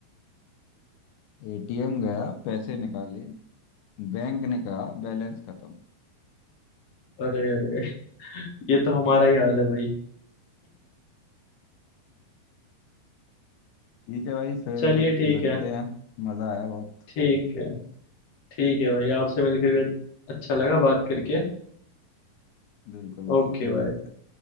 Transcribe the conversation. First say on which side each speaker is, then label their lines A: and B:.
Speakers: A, on the left (about 85°); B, on the left (about 50°).
A: एटीएम गया पैसे निकाले बैंक ने कहा बैलेंस खत्म
B: अरे अरे ये तो हमारा ही हाल है भाई
A: ठीक है भाई फिर
B: चलिए ठीक
A: मिलते
B: है
A: हैं मज़ा आया बहुत
B: ठीक है ठीक है भाई आपसे मिलकर भी अच्छा लगा बात करके
A: बिल्कुल भाई
B: ओके
A: फिर
B: भाई
A: मिलते हैं